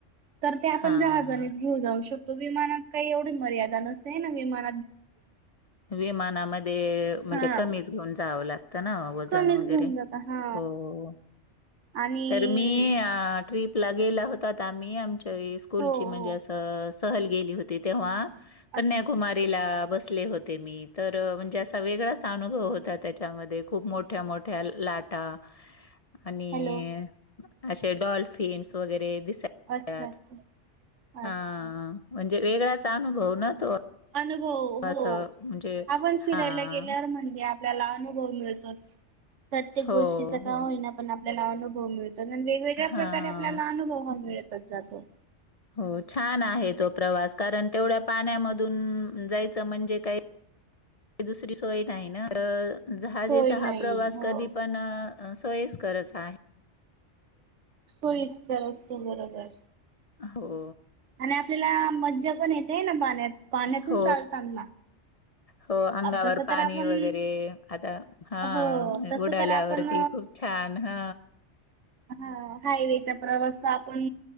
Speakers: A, on the right; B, on the left.
A: तर ते आपण
B: हां.
A: जहाजानेच घेऊ जाऊ शकतो. विमानात काही एवढी मर्यादा नसते ना. विमान
B: विमानामध्ये म्हणजे
A: हा
B: कमीच घेऊन जावं लागत. ना. वजन
A: कमीच
B: वगैरे.
A: घेऊन जाता हा
B: हो.
A: आणि
B: तर मी ट्रीप ला गेला होतात आम्ही. आमच्या स्कूलची
A: हो
B: म्हणजे
A: हो
B: असं, सहल गेली होती तेव्हा कन्याकुमारीला
A: अच्
B: बसले होते. ते मी. तर म्हणजे असा वेगळाच अनुभव होता त्याच्यामध्ये. खूप मोठ्या- मोठ्या लाटा
A: <inaudible>
B: आणि
A: हॅलो
B: असे डॉल्फिन्स वगैर रे दिसायचे
A: अच्छा
B: त्यात.
A: अच्छा
B: हा
A: अच्छा.
B: म्हण वेगळाचा अनुभव ना तो.
A: अनुभव, हो.
B: असं म्हणजे
A: आपण फिरायला
B: हां.
A: गेल्यावर म्हणजे आपल्याला अनु भव मिळतोच. प्रत्येक
B: हो,
A: गोष्टीच का
B: हो.
A: होईना पण आपल्याला अनुभव मिळतो. वेगळ्या
B: हां.
A: प्रकारे आपल्याला अनुभव मिळतच जातो.
B: हो छान आहे तो प्रवास. कारण, तेवढ्या पाण्यामधून जायचं म्हणजे काही दुसरी सोय नाही ना. तर जहाजेचा
A: सोय
B: हा
A: नाही
B: प्रवास
A: हो
B: कधी पण सोयीस्करच आहे.
A: सोईस्कर असतो बरोबर.
B: हो.
A: आणि आपल्याला मज्जा पण येते, है ना पाण्यात. पाण्यातून
B: हो.
A: चालताना.
B: हो अंगावर
A: तसं
B: पाणी
A: तर आपण
B: वगैरे आता, हा
A: हो तसं
B: उडाल्यावरती.
A: तर आपण
B: खूप छान. ह.
A: हा हायवेचा प्रवास आपण